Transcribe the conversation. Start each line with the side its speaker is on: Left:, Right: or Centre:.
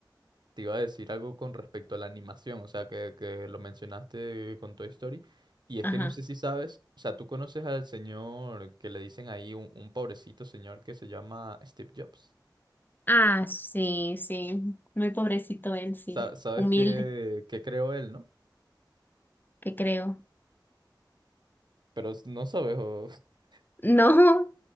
Right: te iba a decir algo con respecto a la animación, o sea, que, que lo mencionaste con Toy Story. Y es
Left: Ajá.
Right: que no sé si sabes, o sea, tú conoces al señor que le dicen ahí, un, un pobrecito señor que se llama Steve Jobs.
Left: Ah, sí, sí. Muy pobrecito él, sí.
Right: Sa- sabes
Left: Humilde,
Right: qué, qué creó él, ¿no?
Left: que creo.
Right: Pero s- no sabes, o- <laughs>
Left: No,